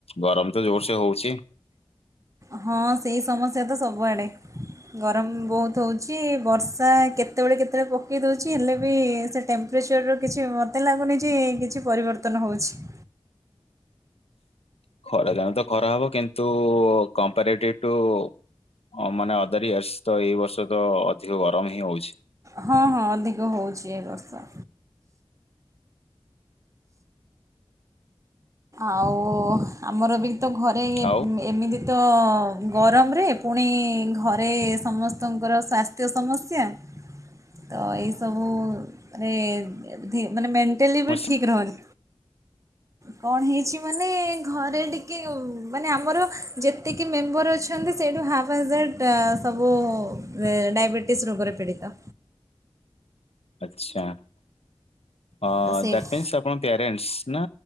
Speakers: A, on the left; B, on the right.
A: ଗରମ ତ ଜୋରସେ ହଉଚି।
B: ହଁ ସେଇ ସମସ୍ୟା ତ ସବୁଆଡେ। ଗରମ ବହୁତ ହଉଚି। ବର୍ଷା କେତେବେଳେ କେତେବେଳେ ପକେଇ ଦଉଚି। ହେଲେ ବି ସେ ଟେମ୍ପ ପ୍ରେଚର୍ କିଛି ମୋତେ ଲାଗୁନି ଯେ କିଛି ପରିବର୍ତ୍ତନ ହଉଚି।
A: ଖରା ଦିନେ ତ ଖରା ହବ କିନ୍ତୁ କମ୍ପାରେଟିଭି ଟୁ ହଁ ମାନେ ଅଦର ଇୟର୍ସ ତ ଏଇ ବର୍ଷ ତ ଅଧିକ ଗରମ ହିଁ ହଉଛି।
B: ହଁ ହଁ ଅଧିକ ହଉଚି ଏ ବର୍ଷ। ଆଉ ଆମର ବି ତ ଘରେ ଇଏ
A: ଆଉ
B: ଏମିତି ତ ଗରମରେ ପୁଣି ଘରେ ସମସ୍ତଙ୍କର ସ୍ୱାସ୍ଥ୍ୟ ସମସ୍ୟା ତ ଏଇ ସବୁ ରେ ଧୀ ମାନେ ମେନ୍ ଣ୍ଟାଲି ବି
A: ଅଛି?
B: ଠିକ୍ ରହୁନି। କଣ ହେଇଚି ମାନେ ଘରେ ଟିକେ ମାନେ ଆମର ଯେତିକି ମେମ୍ବର ଅଛ୍ ଛନ୍ତି ସେଇଠୁ ହାଫ୍ ହାଜ୍ଟ ସବୁ ୱେ ଡାଇବେଟିସ୍ ରୋଗରେ ପୀଡ଼ିତ।
A: ଆଚ୍ଛା ଦ୍ୟାଟ
B: ତ ସେଇଠି
A: ମିନ୍ସ ଆପଣ ପ୍ୟାରେଣ୍ଟସ୍ ନା